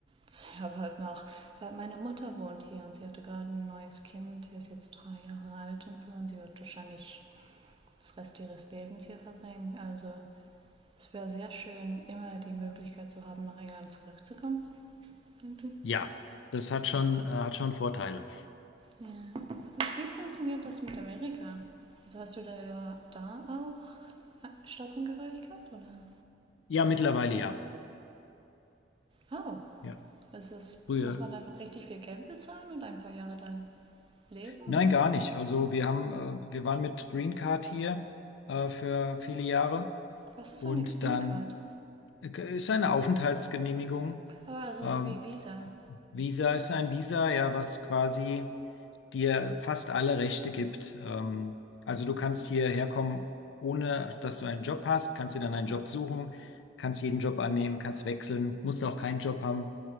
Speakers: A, on the right; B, on the left.
A: sehr bald nach. Weil meine Mutter wohnt hier und sie hatte gerade ein neues Kind. Die ist jetzt drei Jahre alt und so und sie wird wahrscheinlich das Rest ihres Lebens hier verbringen. Also es wäre sehr schön, immer die Möglichkeit zu haben, nach England zurückzukommen. Irgendwie.
B: Ja, das hat schon, äh, hat schon Vorteile.
A: Ja. Wie funktioniert das mit Amerika? Also hast du da, da auch äh, Staatsangehörigkeit oder?
B: Ja, mittlerweile ja.
A: Oh,
B: Ja.
A: ist es,
B: Früher.
A: muss man da einfach richtig viel Geld bezahlen und ein paar Jahre da leben
B: Nein,
A: oder?
B: gar nicht. Also wir haben, äh, wir waren mit Green Card hier äh, für viele Jahre
A: Was ist
B: und
A: eine Green
B: dann
A: Card?
B: äh, ist eine Aufenthaltsgenehmigung.
A: Ah, also
B: Ähm,
A: so wie Visa.
B: Visa ist ein Visa, ja, was quasi dir fast alle Rechte gibt. Ähm, also du kannst hierher kommen, ohne dass du einen Job hast, kannst dir dann einen Job suchen, kannst jeden Job annehmen, kannst wechseln, musst auch keinen Job haben.